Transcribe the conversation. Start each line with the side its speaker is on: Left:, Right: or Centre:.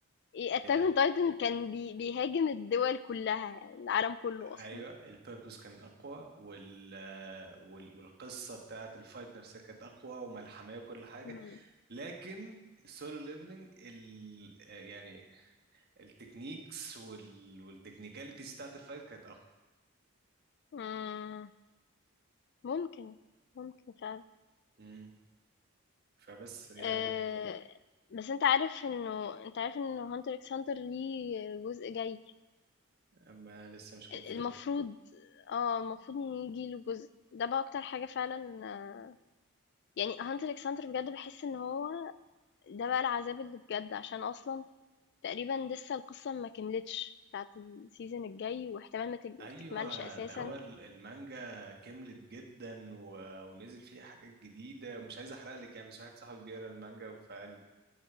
Left: ايه اتاك
Right: هي-
Left: اون تايتن كان بي بيهاجم الدول كلها العالم كله اصلا
Right: ايوه البيربوس كان اقوى وال... وال والقصه بتاعت الفايت نفسها كانت اقوى وملحميه وكل حاجه
Left: مم.
Right: لكن السولو ليفلنج ال... آه، يعني التكنيكس وال... والتكنيكاليتيز بتاعت الفايت كانت
Left: مم. ممكن ممكن فعلا
Right: اقوى فبس يعني
Left: آه، بس انت عارف انه انت عارف انه هانتر اكس هانتر ليه جزء جاي
Right: اما لسه مش كونفيرم
Left: المفروض اه المفروض ان يجي له جزء ده بقى اكتر حاجة فعلا آه، يعني هانتر اكس هانتر بجد بحس ان هو ده بقى العذاب اللي بجد عشان اصلا تقريبا لسه القصة ما كملتش بتاعت السيزون الجاي واحتمال ما تك-
Right: ايوه
Left: تكملش اساسا
Right: ده هو ال- المانجا كملت جدا و... ونزل فيها حاجات جديده مش عايز احرق لك يعني بس واحد صاحبي بيقرا المانجا فقال